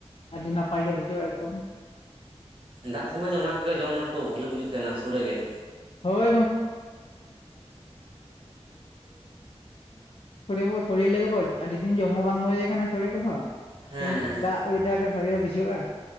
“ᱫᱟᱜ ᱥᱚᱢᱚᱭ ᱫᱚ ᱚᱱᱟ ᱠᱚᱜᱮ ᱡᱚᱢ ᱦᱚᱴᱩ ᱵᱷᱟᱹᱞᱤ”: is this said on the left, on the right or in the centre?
Right